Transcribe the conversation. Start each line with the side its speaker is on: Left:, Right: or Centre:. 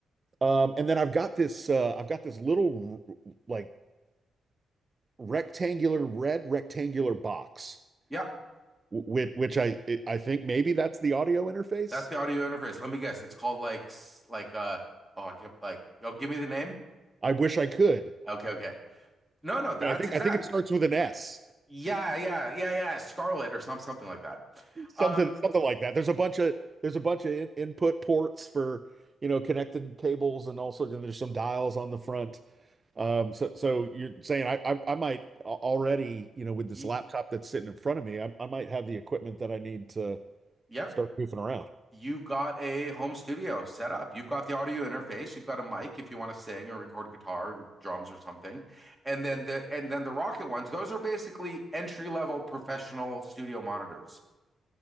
Right: Um, and then I've got this uh, I've got this little r- like rectangular red rectangular box,
Centre: yep.
Right: which which I I think maybe that's the audio interface.
Centre: That's the audio interface. Let me guess. It's called like s- like uh oh, I can't like oh, give me the name.
Right: I wish I could,
Centre: Okay, okay. No, no, that's
Right: but I think
Centre: exact.
Right: I think it starts with an S.
Centre: Yeah, yeah, yeah, yeah. Scarlet or some something like that.
Right: something
Centre: Um,
Right: something like that. There's a bunch of there's a bunch of in, input ports for you know connected cables and also sorts. there's some dials on the front. Um, so so you're saying I I, I might already you know with
Centre: y
Right: this laptop that's sitting in front of me, I, I might have the equipment that I need to
Centre: yep.
Right: start goofing around.
Centre: You've got a home studio set up. You've got the audio interface. You've got a mic if you want to sing or record guitar, or drums or something. And then the and then the Rocket ones, those are basically entry level professional studio monitors.